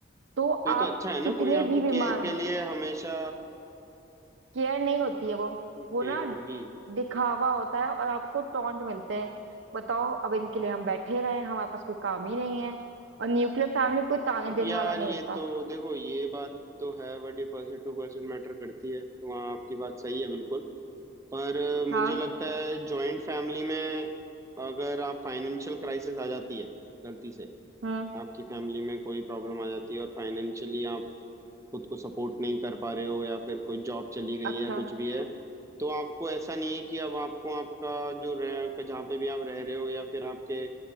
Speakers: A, on the right; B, on the right.
A: तो
B: तो ये
A: आप
B: तो अच्छा है ना
A: कितने
B: कोई
A: भी
B: आपकी
A: बीमार
B: केयर के लिए हमेशा
A: केयर नहीं होती है वो
B: केयर
A: वो ना
B: होगी
A: दिखावा होता है और आपको टॉन्ट मिलते हैं बताओ अब इनके लिए हम बैठे रहे हमारे पास कोई काम ही नहीं है और न्यूक्लियर फैमिली में कोई ताने
B: अब
A: देने
B: यार
A: वाला नहीं
B: ये
A: होता
B: तो देखो ये बात तो है बट ये परसेंट टू परसेंट मैटर करती है तो वहाँ आपकी बात सही है बिल्कुल पर अ, मुझे
A: हाँ
B: लगता है जॉइंट फैमिली में अगर आप फाइनेंशियल क्राइसिस आ जाती है गलती से
A: हम्म
B: आपकी फैमिली में कोई प्रॉब्लम आ जाती है और फाइनेंशियली आप खुद को सपोर्ट नहीं कर पा रहे हो या फिर कोई जॉब चली गई
A: अच्छा
B: है या कुछ भी है तो आपको ऐसा नहीं है कि अब आपको आपका जो रह जहाँ पे भी आप रह रहे हो या फिर आपके अ,